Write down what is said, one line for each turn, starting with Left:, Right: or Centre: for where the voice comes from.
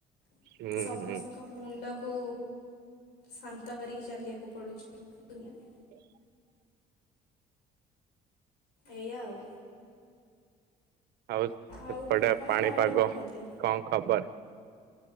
Left: <inaudible>
Right: ହୁଁ
Left: ତ ସମସ୍ତଙ୍କ
Right: ହୁଁ
Left: ମୁଣ୍ଡକୁ ଶାନ୍ତ କରିକି ଚାଲିବାକୁ ପଡୁଛି। ଏ ଦୁନିଆରେ।
Right: <inaudible>
Left: ଏଇଆ ଆଉ।
Right: ଆଉ ସେପଟେ
Left: ଆଉ ଆପଣ
Right: ପାଣିପାଗ
Left: ଖରାବେଳେ କଣ ଖାଇଥିଲେ?
Right: କଣ ଖବର?